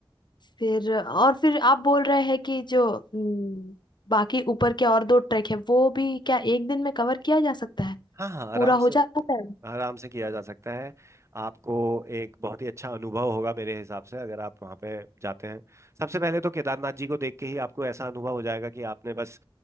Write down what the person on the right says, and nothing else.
हाँ हाँ आराम
से
आराम से किया जा सकता है आपको एक बहुत ही अच्छा अनुभव होगा मेरे हिसाब से अगर आप वहाँ पे जाते हैं सबसे पहले तो केदारनाथ जी को देख के ही आपको ऐसा अनुभव हो जाएगा कि आपने बस